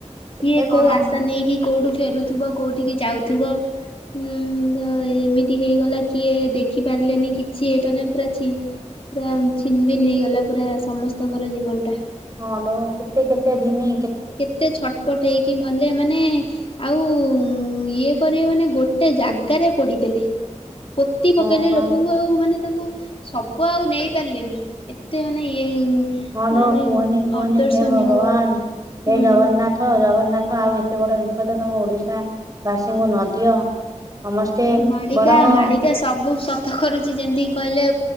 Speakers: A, on the right; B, on the left.
A: କେତେ
B: କିଏ
A: କଣ
B: କୋଉ ଆଶା ନେଇ କିି କୋଉଠୁ ଫେରୁଥିବ କୋଉ ଟିକେ ଯାଉଥିବ। ହୁଁ ତ ଏମିତି ହେଇଗଲା କିଏ ଦେଖିପାରିଲେନି କିଛି ହେଇପାରିଲ ପୁରା ଛି। ପୁରା ଛିନବିନ ହେଇଗଲା ପୁରା ସମସ୍ତଙ୍କର ଜୀବନ ଟା।
A: ହଁ ଲୋ କେତେ କେତେ ଦିନ
B: କେତେ ଛଟପଟ ହେଇକି ମଲେ ମାନେ ଆଉ ଇଏ କରିବା ମାନେ ଗୋଟେ ଜାଗାରେ ପୋଡିଦେଲେ। ପୋତି ପକେଇଲେ
A: ହଁ ପା
B: ଲୋକଙ୍କୁ ଆଉ ମାନେ ତାଙ୍କୁ ସବୁ ଆଉ ନେଇ ପାରିଲେନି ଏତେ ମାନେ ଇଏ
A: ହଁଲୋ
B: ମାନେ
A: କୁହନି କୁହନି
B: ଅଦର୍ଶନୀୟ
A: ହେ ଭଗବାନ ହେ
B: ହୁଁ।
A: ଜଗନ୍ନାଥ। ହେ ଜଗନ୍ନାଥ ଆଉ ଏତେ ବଡ ବିପଦ ତମେ ଓଡିଶା ବାସୀଙ୍କୁ ନଦିଅ। ସମସ୍ତେ
B: ମାଳିକା
A: ବରଂ
B: ମାଳିକା
A: ଆଉ
B: ସବୁ ସତ କରୁଛି ଯେମିତିକି କହିଲେ